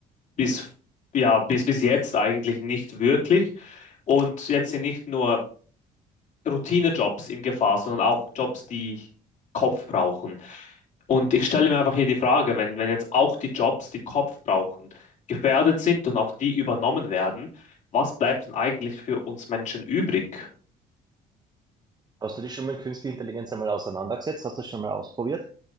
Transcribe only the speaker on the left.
bis, ja, bis, bis jetzt eigentlich nicht wirklich. Und jetzt sind nicht nur Routinejobs in Gefahr, sondern auch Jobs, die Kopf brauchen. Und ich stelle mir einfach hier die Frage, wenn, wenn jetzt auch die Jobs, die Kopf brauchen, gefährdet sind und auch die übernommen werden, was bleibt denn eigentlich für uns Menschen übrig?